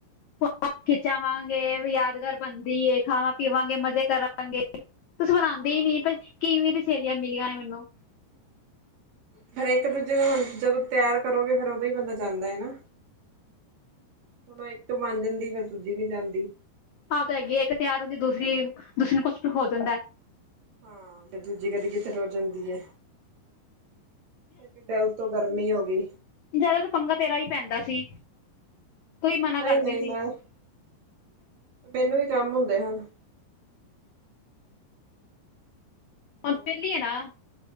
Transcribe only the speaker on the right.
ਹਾਂ-ਹਾਂ
ਫਿਰ ਇੱਕ ਦੂਜੇ ਨੂੰ ਹੁਣ ਜਦੋਂ ਤਿਆਰ ਕਰੋਗੇ, ਫਿਰ ਉਦੋਂ ਹੀ ਬੰਦਾ ਜਾਂਦਾ ਐ ਨਾ। ਹੁਣ ਇੱਕ ਮਨ ਜਾਂਦੀ, ਫਿਰ ਦੂਜੀ ਨੀ ਜਾਂਦੀ।
ਹਾਂ, ਫਿਰ ਦੂਜੀ ਕਦੀ ਕਿਥੇ ਟੁਰ ਜਾਂਦੀ ਹੈ। ਤੇ ਡਲ ਤੋਂ ਗਰਮੀ ਹੋ ਗਈ।
ਨਹੀਂ
ਨਹੀਂ
ਮੈਂ, ਮੈਨੂੰ ਹੀ ਕੰਮ ਹੁੰਦੇ ਹਨ। ਹੋਰ